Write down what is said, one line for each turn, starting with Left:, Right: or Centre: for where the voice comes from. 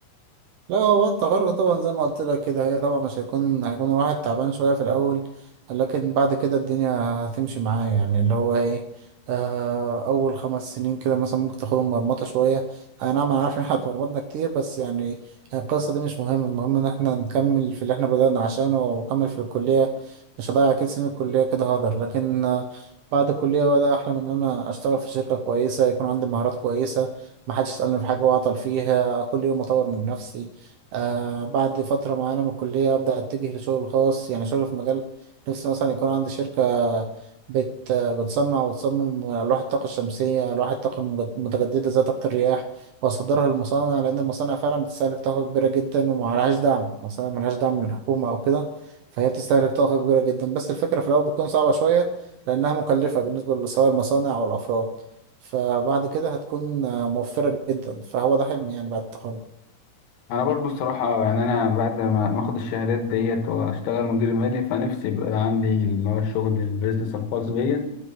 Right: لا هو التغرق طبعا زي ما قلت لك كده هي طبعا مش هيكون هيكون الواحد تعبان شوية في الأول لكن بعد كده الدنيا هتمشي معاه يعني اللي هو ايه آه أول خمس سنين كده مثلا ممكن تاخدهم مرمطة شوية أنا نعم أنا عارف إن احنا اتمرمطنا كتير بس يعني القصة دي مش مهم المهم إن احنا نكمل في اللي احنا بدأنا عشانه ونكمل في الكلية مش هضيع أكيد سنين الكلية كده هقدر لكن آه، بعد الكلية بقى ده أحلم إن أنا أشتغل في شركة كويسة يكون عندي مهارات كويسة محدش يسألني في حاجة وأعطل فيها كل يوم أطور من نفسي آه بعد فترة معينة من الكلية أبدأ أتجه لشغل خاص يعني شغل في مجال نفسي مثلا يكون عندي شركة بت بتصنع وتصمم ألواح الطاقة الشمسية ألواح الطاقة المجد- المتجددة زي طاقة الرياح وأصدرها للمصانع لأن المصانع فعلا بتستهلك طاقة كبيرة جدا ومعلهاش دعم المصانع ملهاش دعم من الحكومة أو كده فهي بتستهلك طاقة كبيرة جدا بس الفكرة في الأول بتكون صعبة شوية لأنها مكلفة بالنسبة سواء المصانع أو الأفراد فبعد كده هتكون آه، موفرة جدا فهو ده حلمي يعني بعد التخرج.
Left: انا برضو الصراحه يعني انا بعد ما ما اخد الشهادات ديت واشتغل مدير مالي فنفسي يبقى عندي اللي هو الشغل البيزنس الخاص بيا